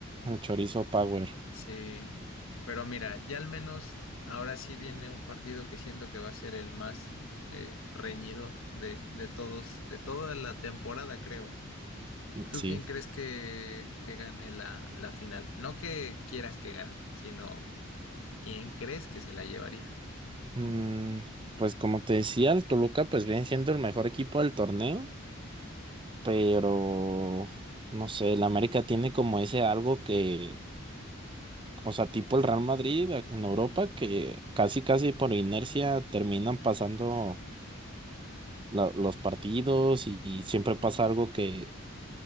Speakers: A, on the right; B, on the left.
A: El chorizo Power.
B: Sí, pero mira, ya al menos ahora sí viene un partido que siento que va a ser el más eh, reñido de, de todos, de toda la temporada, creo. ¿Tú
A: Sí.
B: quién crees que, que gane la, la final? No que quieras que gane, sino quién crees que se la llevaría.
A: Mm, pues como te decía, el Toluca, pues viene siendo el mejor equipo del torneo, pero no sé, el América tiene como ese algo que, o sea, tipo el Real Madrid a- en Europa, que casi, casi por inercia terminan pasando la- los partidos y, y siempre pasa algo que,